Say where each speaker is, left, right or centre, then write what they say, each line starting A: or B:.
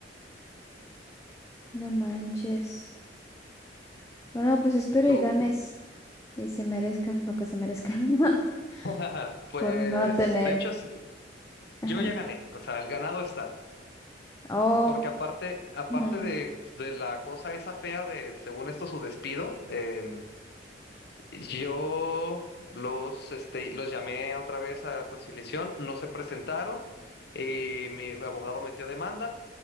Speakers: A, on the left; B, on the left.
A: No manches. Bueno, pues espero
B: Tú.
A: y ganes y se merezcan lo que se merezcan <laughs>
B: <laughs> Pues,
A: por no tener.
B: de hecho, sí, yo
A: Ajá.
B: ya gané, o sea, el ganado está.
A: Oh,
B: Porque aparte, aparte
A: ujú.
B: de, de la cosa esa fea de, según esto, su despido, eh, Yo los, este, los llamé otra vez a conciliación, no se presentaron, eh, mi abogado metió demanda